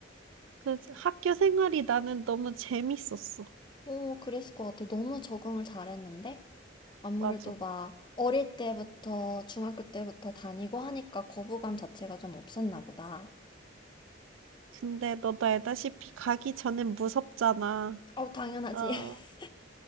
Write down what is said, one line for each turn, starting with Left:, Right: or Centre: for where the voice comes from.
Right: 그 학교 생활이 나는 너무 재밌었어.
Left: 오, 그랬을 것 같아. 너무 적응을 잘했는데? 아무래도
Right: 맞아.
Left: 막 어릴 때부터, 중학교 때부터 다니고 하니까 거부감 자체가 좀 없었나 보다.
Right: 근데 너도 알다시피 가기 전엔 무섭잖아.
Left: 어, 당연하지.
Right: 아,
Left: <laughs>